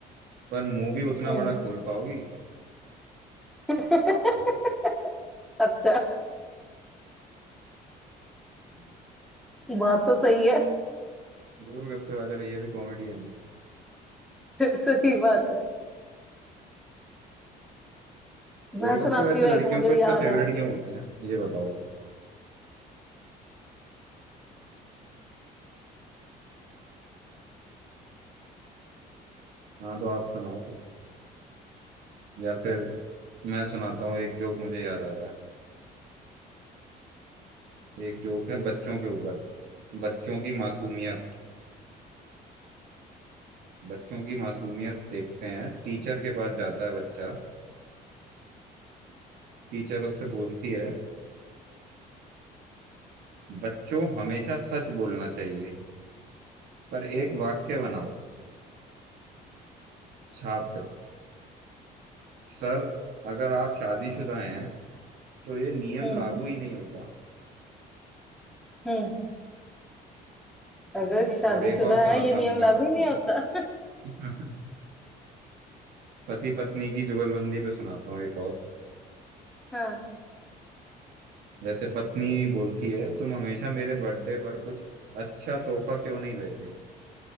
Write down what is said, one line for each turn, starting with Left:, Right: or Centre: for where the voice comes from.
Right: पर मुंह भी उतना
Centre: हम्म
Right: बड़ा खोल पाओगी
Centre: <laughs> अच्छा
Right: हम्म।
Centre: बात तो सही है
Right: गोलगप्पे वाले भैया भी कॉमेडी है ना
Centre: <laughs> सही बात है
Right: गोलगप्पे
Centre: मैं सुनाती
Right: वैसे
Centre: हूँ एक
Right: लड़कियों
Centre: मुझे
Right: को इतना
Centre: याद
Right: फेवरेट
Centre: है
Right: क्यों होते हैं ये बताओ आप हाँ तो आप सुनाओ फिर या फिर मैं सुनाता हूँ एक जोक मुझे याद आ रहा है एक जोक है बच्चों के ऊपर बच्चों की मासूमियत बच्चों की मासूमियत देखते हैं टीचर के पास जाता है बच्चा टीचर उससे बोलती है बच्चों हमेशा सच बोलना चाहिए पर एक वाक्य बनाओ छात्र सर अगर आप शादीशुदा हैं तो ये नियम
Centre: हम्म
Right: लागू ही नहीं होता
Centre: हम्म अगर
Right: हाँ
Centre: शादीशुदा
Right: और एक और सुनाता
Centre: है ये नियम
Right: हूँ मैं
Centre: लागू
Right: आपको
Centre: ही नहीं होता <laughs>
Right: <laughs> पति पत्नी की जुगलबंदी पे सुनाता हूँ एक और
Centre: हाँ
Right: जैसे पत्नी बोलती है तुम हमेशा मेरे बर्थडे पर कुछ अच्छा तोहफा क्यों नहीं लेते